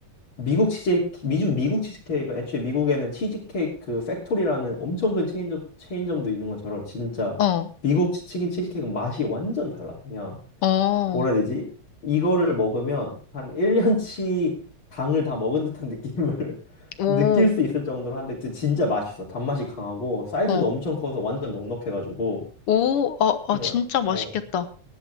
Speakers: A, on the left; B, on the left.
A: 미국 치즈 미국 미국 치즈케이크가 애초에 미국에는 치즈케이크 그 팩토리라는 엄청 큰 체인점 체인점도 있는 것처럼 진짜
B: 어,
A: 미국 치- 치킨 치즈케이크는 맛이 완전 달라. 그냥
B: 어,
A: 뭐라 해야 되지? 이거를 먹으면 한 1년치 당을 다 먹은 듯한 느낌을 <laughs>
B: 오,
A: 느낄 수 있을 정도로 한데 진- 진짜 맛있어. 단맛이 강하고 사이즈도
B: 어,
A: 엄청 커서 완전 넉넉해가지고
B: 오, 아, 아,
A: 그냥
B: 진짜 맛있겠다.
A: 어